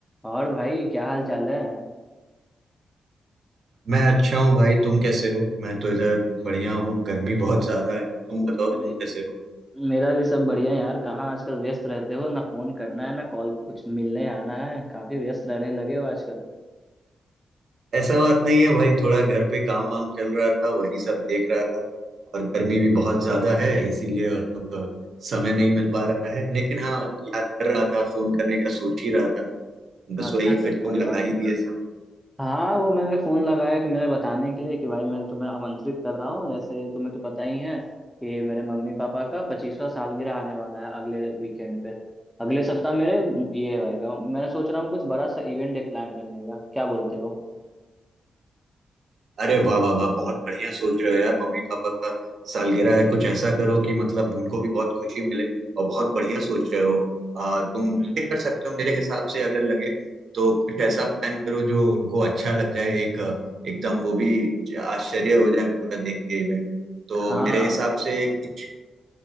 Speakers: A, in the centre; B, on the right.
A: और भाई क्या हाल चाल है
B: मैं अच्छा हूँ भाई तुम कैसे हो मैं तो इधर बढ़िया हूँ गर्मी बहुत ज्यादा है तुम बताओ
A: अरे
B: तुम कैसे हो
A: मेरा भी सब बढ़िया है यार कहाँ आजकल व्यस्त रहते हो ना फोन करना है ना कॉल कुछ मिलने आना है काफी व्यस्त रहने लगे हो आजकल
B: ऐसा बात नहीं है भाई थोड़ा घर पे काम वाम चल रहा था वही सब देख रहा था और गर्मी भी
A: अच्छा
B: बहुत ज्यादा है इसीलिए अब समय नहीं मिल पा रहा है लेकिन हाँ याद कर रहा था फोन करने का सोच ही रहा था बस
A: अच्छा
B: वही
A: अच्छा
B: फिर
A: कोई
B: तुम लगा
A: बात
B: ही
A: नहीं
B: दिए
A: हाँ वो मैंने फोन लगाया कि मैंने बताने के लिए कि भाई मैं तुम्हें आमंत्रित कर रहा हूँ जैसे तुम्हें तो पता ही है कि मेरे मम्मी पापा का पच्चीसवां सालगिरह आने वाला है अगले वीकेंड पे अगले सप्ताह मेरे ये होएगा मैं सोच रहा हूँ कुछ बड़ा सा इवेंट एक प्लान करने का क्या बोलते हो
B: अरे वाह वाह वाह बहुत बढ़िया सोच रहे हो यार मम्मी पापा का सालगिरह है कुछ ऐसा करो कि मतलब उनको भी बहुत खुशी मिले और बहुत बढ़िया सोच रहे हो आ, तुम
A: हम्म,
B: ये कर सकते हो मेरे हिसाब से अगर लगे तो कुछ ऐसा प्लान करो जो उनको अच्छा लग जाए एक अ, एकदम वो भी आश्चर्य हो जाए पूरा देख के इवेंट तो
A: हाँ
B: मेरे हिसाब से कुछ